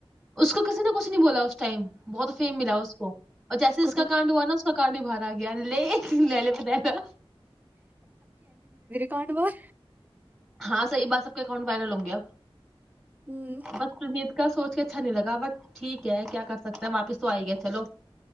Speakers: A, in the centre; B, on the right (about 15°).
A: اس کو کسی کچھ نہیں بولا اس ٹائم بہت فیم ملا اس کو اور جیسے اس
B: کو
A: کا
B: تو
A: کانڈ ہوا نا اس کا گاڑ بھرا آ لے نہلے پہ دہلا
B: کانٹوور
A: ہاں سیح بات سب کے اکاؤنٹ وائرل ہوں گیا
B: ہوں
A: بس تے کا سوچ کے اچھا نہیں لگا بٹ ٹھیک ہے کیا کر سکتا ہیں واپس تو آئی گیا چلو